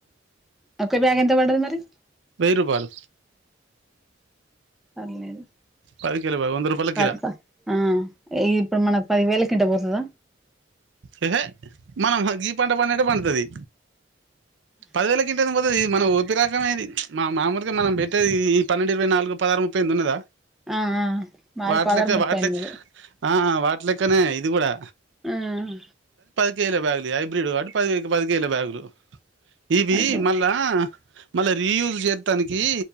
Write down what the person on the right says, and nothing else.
వెయ్యి రూపాలు
పది కిలో వంద రూపాయల
కిలా
ఎహె మనం గీ పంట పడినట్టే పండుతాది పదివేల కింట అయిన పోతాది మన ఓపి చెప్పె రకమ ఇది మా మామూలుగా మనం పెట్టేది ఈ పన్నెండు ఇరవై నాలుగు పదహారం ముప్పైయింది ఉన్నదా
వాటి
లెక్క
వాటి
లెక్క ఆ వాటిలక్కనే ఇది కూడా
ఐదు కేజీల బ్యాగులు హైబ్రిడ్ కాబట్టి పది పదికేజీల బ్యాగులు ఇది
మళ్ళా మళ్ళా రీయూజ్ చేత్ తనికి